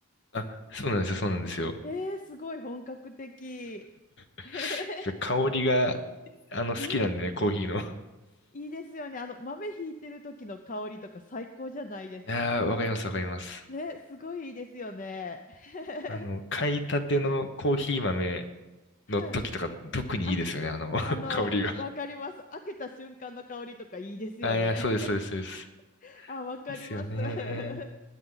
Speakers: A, on the left (about 55°); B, on the left (about 35°).
A: あ、そうなんですよ、そうなんですよ。
B: えーすごい本格的。
A: やっ
B: <laughs>
A: ぱり香りが、あの、
B: うん、
A: 好きなんでね、コーヒーの。い
B: いいですよね。あの、豆ひいてる時の香りとか最高じゃないですか。
A: やー、わかります、わかります。
B: ね、すごいいいですよね。<laughs>
A: あの、買いたてのコーヒー豆
B: はい。
A: の時とか特にいいですよね、
B: あ、
A: あの、<laughs>
B: あの、
A: 香りが。
B: わかります。開けた瞬間の香りとかいいですよね。
A: あ、いや、そうです、そうです、そうです。
B: <laughs> あ、わかります。
A: いいっすよね。
B: <laughs>